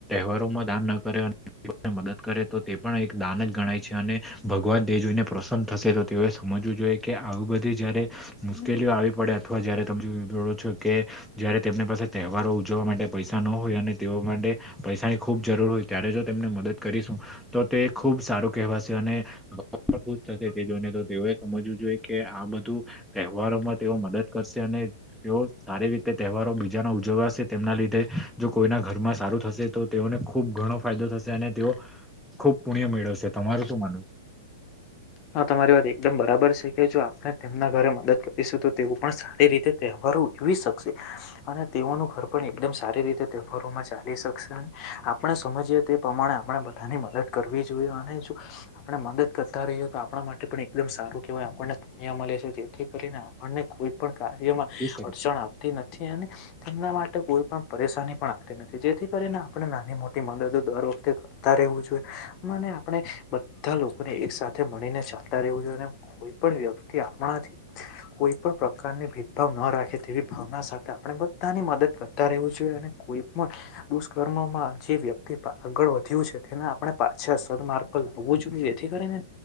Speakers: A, in the centre; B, on the left.
A: <unintelligible> ઘરોમાં દાન ન કરે અને મદદ કરે તો તે પણ એક દાન જ ગણાય છે અને ભગવાન દેવજીને પ્રસન્ન થશે તો તેઓએ સમજવું જોઈએ કે આવું બધી જ્યારે
B: હમ
A: મુશ્કેલીઓ આવી પડે અથવા જયારે <unintelligible> કે જયારે તેમની પાસે તહેવારો ઉજવવા માટે પૈસા ન હોય અને તેઓ માટે પૈસાની ખૂબ જરૂ જર હોય ત્યારે જો તેમને મદદ કરીશું તો તે ખૂબ સારું કહેવાશે અને ખુશ થશે તે જોઈને તો તેઓએ સમજવું જોઈએ કે આ બધું તહેવારોમાં તેઓ મદદ કરશે અને તેઓ સારી રીતે તહેવારો બીજાનો ઉજવાશે તેમના લીધે જો કોઈના ઘરમાં સારું થશે તો તેઓને ખુબ ઘણો ફાયદો થશે અને તેઓ ખુબ પુણ્ય મેળવશે તમારું શું માનવુ
B: હા તમારી વાત એકદમ બરાબર છે. એ જો આપણે તેમના ઘરે મદદ કરીશું તો તેઓ પણ સારી રીતે તહેવારો ઉજવી શકશે. અને તેઓનું ઘર પણ એકદમ સારી રીતે તહેવારોમાં ચાલી શકશે આપણે સમજીએ તે પ્રમાણે આપણે બધાની મદદ કરવી જોઈએ અને જો આપણે મદદ કરતા રહીએ તો તો આપણા માટે પણ એકદમ સારું કેહેવાય આપણને પુણ્યા મળે છે. જેથી કરીને આપણને કોઈ પણ કાર્યમાં
A: ત્રીસ સેકન્ડ.
B: અડચણ આવતી નથી. અને તેમના માટે કોઈ પણ પરેશાની પણ આવતી નથી જેથી કરીને આપણે નાની મોટી મદદો દર વખતે તા રહેવું જોઈ મને આપણે બધા લોકોને એક સાથે મળીને ચાલતા રહેવું જોઈએ અને પણ વ્યક્તિ આપણાથીહ કોઈ પણ પ્રકારની ભેદભાવ ન રાખે તેવી ભાવના સાથે આપણે બધાની મદદ કરતા રહેવું જોઈએ અને કોઈ પણ દુષ્કર્મમાં જે વ્યતિ તે આગળ વધ્યું છે તેના આપણે પાછા સદમાર્ગ પર લાવવું જોઈએ જેથી કરીને